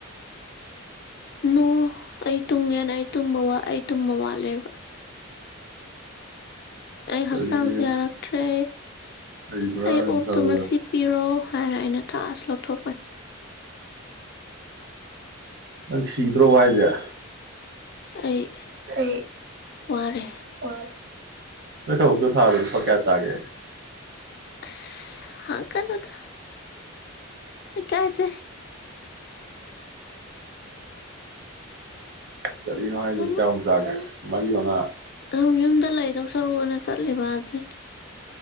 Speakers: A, on the left; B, on the right.
A: ꯅ ꯑꯩ ꯇꯨꯡꯒꯦꯅ ꯇꯨꯝ ꯋꯥ ꯇ ꯃꯎꯂꯤꯕ ꯑꯩ
B: ꯀꯔꯤꯅꯣ
A: ꯍꯛꯆꯥꯡꯁ
B: ꯌꯨꯝ
A: ꯌꯥꯔꯛꯇ꯭ꯔꯦ
B: ꯂꯩꯕ꯭ꯔꯥꯅ
A: ꯑꯩ ꯑꯣꯞꯇꯣ
B: ꯈꯜꯂ
A: ꯉꯁꯤ ꯄꯤꯔꯣ ꯍꯥꯏꯔ ꯑꯩꯅ ꯊꯥꯛꯑꯥꯁ ꯂꯧ ꯊꯣꯛꯄ
B: ꯅꯪ ꯁꯤꯤꯗ꯭ꯔꯣ ꯋꯥꯏꯖꯦ
A: ꯑꯩ
B: ꯑꯩ
A: ꯋꯥꯔꯦ
B: ꯑ ꯃ ꯊꯕꯛꯇꯣ ꯊꯥꯔ ꯐꯔ ꯀꯌꯥꯁꯒꯦ
A: ꯑ ꯍ ꯀꯩꯅꯣꯗ ꯀꯥꯏ ꯆꯦ
B: ꯀꯔꯤꯅꯣ ꯍꯥꯏꯁꯦ
A: ꯁꯨꯝ
B: ꯀꯌꯥꯃꯨꯛ ꯆꯥꯒꯦ ꯃꯔꯤ ꯃꯉꯥ
A: ꯁꯨꯝ ꯌꯨꯝꯗ ꯂꯩꯗꯧ ꯁꯔꯨꯅ ꯆꯠꯂꯤꯕꯁꯦ